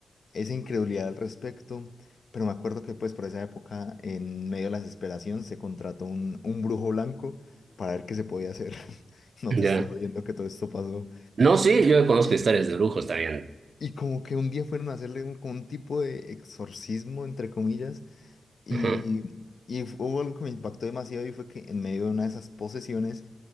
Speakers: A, on the left; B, on the right.
A: esa incredulidad al respecto, pero me acuerdo que pues por esa época, en medio de la desesperación, se contrató un, un brujo blanco para ver qué se podía hacer. <laughs> No
B: Ya.
A: te estoy jodiendo que todo esto pasó.
B: No, sí, yo conozco
A: Y,
B: historias de brujos también.
A: y como que un día fueron a hacerle un, como un tipo de exorcismo, entre comillas, y,
B: Ajá,
A: y hubo algo que me impactó demasiado y fue que en medio de una de esas posesiones,